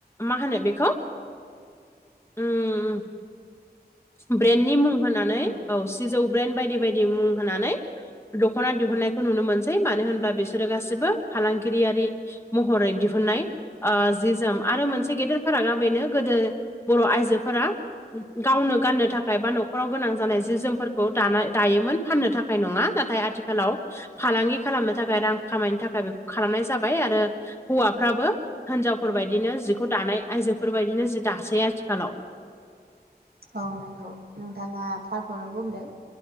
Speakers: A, on the left; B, on the right.
A: मा होनो बेखौ? उम उम ब्रेन्डनि मुं होनानै
B: उम
A: औ सिजौ ब्रेन्ड बायदि बायदि मुं होनानै दख'ना दिहुननायखौ नुनो मोनसै मानो होनब्ला बिसोरो गासिबो फालांगिरियारि महरै दिहुननाय ओ जि जोम आरो मोनसे गेदेर फारागा बेनो गोदो बर' आइजोफोरा गावनो गाननो थाखाय बा न'खराव गोनां जानाय जि जोमफोरखौ दा दायोमोन फाननो थाखाय नङा नाथाय आथिखाल आथिखालाव फालांगि खालामनो थाखाय रां खामायनो थाखाय बेखौ खालामनाय जाबाय आरो हौवाफ्राबो हिनजावफोरबायदिनो जिखौ दानाय आइजोफोरबायदिनो जि दासै आथिखालाव
B: औ नंगौ नोंथाङा थारखौनो बुंदों